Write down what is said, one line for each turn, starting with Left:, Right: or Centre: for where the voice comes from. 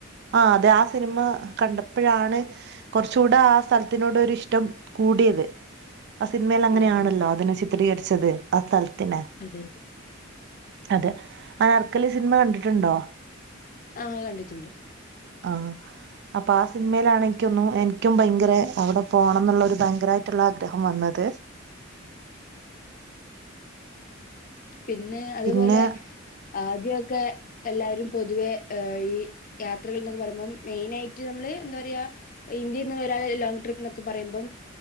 Right: ആഹ് അതെ ആഹ് സിനിമ ക പ്പഴാണ് കോർചൂടെ ആഹ് സ്ഥലത്തിനോട് ഒരു ഇഷ്ടം കൂടിയത് ആഹ് സിനിമയിൽ അങ്ങനെ
Left: ആഹ്
Right: ആണല്ലോ
Left: ആഹ്
Right: അതിനെ ചിത്രീകരിച്ചത് ആഹ് സ്ഥലത്തിനെ
Left: അതെ അതെ
Right: അതെ ആനാർക്കലി സിനിമ കണ്ടിട്ടുണ്ടോ?
Left: ആഹ് കണ്ടിട്ടുണ്ട്
Right: ആഹ് അപ്പ ആഹ് സിനിമയിലാണ് എൻക്കും എൻക്കും ഭയങ്കര അവിടെ പോണം ന്നുള്ളൊരു ഭയങ്കരായിട്ടുള്ള ആഗ്രഹം വന്നത്
Left: പിന്നെ അതുപോലെ
Right: പിന്നെ
Left: ആദ്യൊക്കെ എല്ലാരും പൊതുവെ എ ഈ യാത്രകൾ ന്നൊക്കെ പറയുമ്പം മെയിനായിട്ട് നമ്മള് എന്താ പറയാ ഇന്ത്യൽന്ന് ഒരാൾ ലോങ്ങ് ട്രിപ്പ് എന്നൊക്കെ പറയുമ്പോ